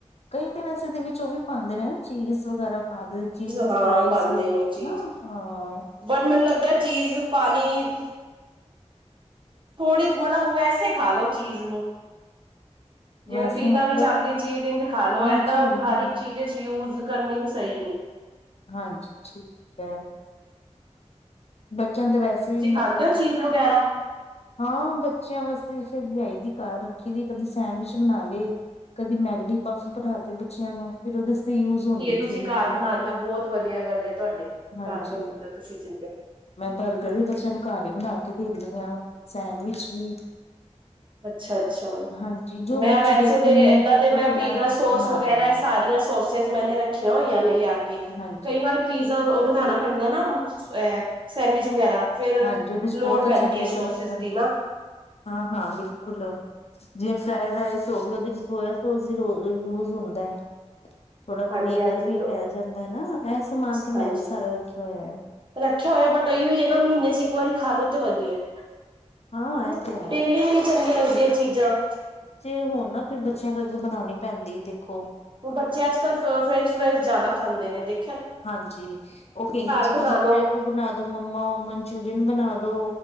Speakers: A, on the left; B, on the right.
A: ਕਈ ਤਾਂ ਵੈਸੇ ਦੇ ਵਿੱਚ ਉਹ ਵੀ ਪਾਂਦੇ ਨੇ ਚੀਜ਼ ਵਗੈਰਾ ਚੀਜ਼
B: ਹਾਂ
A: ਸਲਾਈਜ਼
B: ਪਾਉਂਦੇ
A: ਹੈਣਾ
B: ਨੇ ਚੀਜ਼
A: ਹਾਂ।
B: ਬਟ ਮੈਨੂੰ ਲੱਗਦਾ ਚੀਜ਼ ਪਾਣੀ ਥੋੜੀ ਮਤਲਬ ਵੈਸੇ ਖਾ ਲਓ ਚੀਜ਼ ਨੂੰ ਜਿਵੇਂ
A: ਵੈਸੇ
B: ਪੀਜ਼ਾ
A: ਮਤਲਬ
B: ਵੀ ਆਂਦੀ ਚੀਜ਼ ਇੱਜ਼ ਖਾ ਲੋੋ
A: ਹਾਂਜੀ
B: ਏਦਾਂ ਹਰ
A: ਹਾਂਜੀ
B: ਇੱਕ ਚੀਜ਼ 'ਚ ਯੂਜ ਕਰਨੀ ਵੀ ਸਈ ਨਈ।
A: ਹਾਂਜੀ ਠੀਕ ਹੈ। ਬੱਚਿਆਂ ਦੇ ਵੈਸੇ
B: ਤੁਸੀਂ
A: ਵੀ
B: ਖਾਂਦੇ
A: ਮਤਲਬ
B: ਹੋ ਚੀਜ਼ ਵਗੈਰਾ
A: ਹਾਂ ਬੱਚਿਆਂ ਵਾਸਤੇ ਫਿਰ ਲਿਆਈ ਦੀ ਘਰ ਰੱਖੀ ਦੀ ਕਦੀ ਸੈਂਡਵਿਚ ਬਣਾ ਲਏ। ਕਦੀ ਮੈਗਡੀ ਪਫ ਬਣਾ ਤੇ ਬੱਚਿਆਂ ਨੂੰ ਫਿਰ ਉਦੇ ਯੂਜ ਹੁੰਦੀ
B: ਤੁਸੀਂ
A: ਚੀਜ਼
B: ਘਰ ਬਣਾਂਦੇ ਹੋ ਬਹੁਤ ਵਧੀਆ ਗੱਲ ਤੁਹਾਡੇ
A: ਹਾਂਜੀ
B: ਘਰ ਬਣਾਈ ਤਾਂ ਤੁਸੀਂ 'ਚ
A: ਮੈਂ ਬਰਗਰ ਵੀ ਬੱਚਿਆਂ ਨੂੰ ਘਰ ਈ ਬਣਾ ਕੇ ਦਿੰਦੀ ਹਾਂ ਸੈਂਡਵਿਚ ਵੀ
B: <unintelligible> ਅੱਛਾ-ਅੱਛਾ
A: ਹਾਂਜੀ ਜੋ
B: ਮੈਂ
A: ਬੱਚੇ
B: ਵੈਸੇ
A: ਦੇਖਣ
B: ਤੇ
A: ਯੂਟਿਊਬ
B: ਏਦਾਂ ਤੇ
A: ਤੋਂ
B: ਮੈਂ
A: ਫਿਰ
B: ਪੀਜ਼ਾ ਸੋਸ
A: ਬਣਾ
B: ਵਗੈਰਾ
A: ਦਿੰਦੀ ਹਾਂ
B: ਸਾਰੀਆਂ ਸੋਸ ਮੈਨੇ ਰੱਖੀਆਂ ਹੋਈਆਂ ਨੇ ਲਿਆ ਕੇ
A: ਹਾਂਜੀ
B: ਕਈ ਵਾਰ ਪੀਜ਼ਾ ਉਹ ਬਣਾਣਾ ਪੈਂਦਾ ਨਾ ਐ ਸੈਂਡਵਿਚ ਵਗੈਰਾ, ਫੇਰ
A: ਹਾਂਜੀ ਉਹਦੇ ਚ
B: ਲੋੜ
A: ਬਹੁਤ ਅੱਛਾ
B: ਪੈਂਦੀ
A: ਫਲੇਵਰ
B: ਹੈ ਸੋਸਿਸ
A: ਅੱਛਾ
B: ਦੀ
A: ਹੁੰਦਾ।
B: ਨਾ।
A: ਹਾਂ- ਹਾਂ, ਬਿਲਕੁਲ ਜਿਵੇ ਫਰਾਡ ਰਈਸ ਹੋ ਗਏ ਚ' ਸੋਇਆ ਸੋਸ ਯੂਜ ਹੁੰਦਾ ਹੈ। ਥੋੜਾ
B: ਹਾਂਜੀ
A: ਵਿਨੇਗਰ
B: ਹਾਂਜੀ
A: ਵੀ
B: ਲੋ
A: ਪੈ ਜਾਂਦਾ ਹੈ ਨਾ ਇਹ ਸਮਾਨ ਤੇ
B: ਹਾਂਜੀ
A: ਮੈਂ ਵੀ ਸਾਰਾ ਰੱਖਿਆ ਹੋਇਆ ਹੈ।
B: ਰੱਖਿਆ ਹੋਇਆ ਬਟ ਇ ਹੀ ਹੈ ਨਾ ਮਹੀਨੇ ਚ' ਇੱਕ ਵਾਰੀ ਖਾ ਲੋ ਤੇ ਵਧਿਆ ਹੈ।
A: ਹਾਂ
B: ਹਨਾ,
A: ਇਹ ਤੇ ਹੈ
B: ਡੇਲੀ ਵੀ ਨਹੀਂ ਚੰਗੀ ਲੱਗਦੀਆਂ ਚੀਜ਼ਾਂ।
A: ਜੇ ਹੁਣ ਨਾ ਫਿਰ ਬੱਚਿਆਂ ਕਰਕੇ ਬਣਾਉਣੀ ਪੈਂਦੀ ਦੇਖੋ।
B: ਹ ਬੱਚੇ ਅੱਜ ਕੱਲ ਫਰੈਂਚ ਫਰਾਈਜ਼ ਜ਼ਿਆਦਾ ਖਾਂਦੇ ਨੇ ਦੇਖ।
A: ਹਾਂਜੀ। ਉਹ ਕਹਿੰਦੀ ਚਿੱਲੀ
B: ਬਣਾ
A: ਪਟੈਟੋ
B: ਲੋ
A: ਬਣਾ ਦੋ ਮੰਮਾ ਮਨਚੂਰੀਅਨ ਬਣਾ ਦੋ